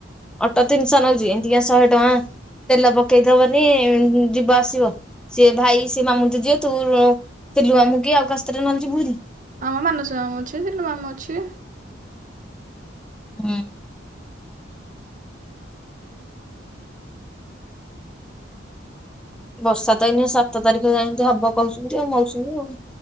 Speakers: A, in the centre; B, on the right.
A: ଅଟୋ ତିନିଶହ ନଉଚି ଏମତିକା ଶହେ ଟଙ୍କା ତେଲ ପକେଇଦବନି ଯିବ ଆସିବ। ସେଏ ଭାଇ ସିଏ ମାମୁନି ତ ଯିବେ, ତୁ ସିଲୁ ମାମୁଁ କି ଆଉ କାହା ସାଥିରେ ନା ଯିବୁ ହାରି।
B: ଆମ ମାନସ ମାମୁଁ ଅଛି ସିଲୁ ମାମୁଁ ଅଛି।।
A: ହୁଁ। ବର୍ଷା ତ ଏଇନେ ସାତ ତାରିଖ ଯାଏ ହବ କହୁଛନ୍ତି ଆଉ ମୌସୁମୀ ଆଉ।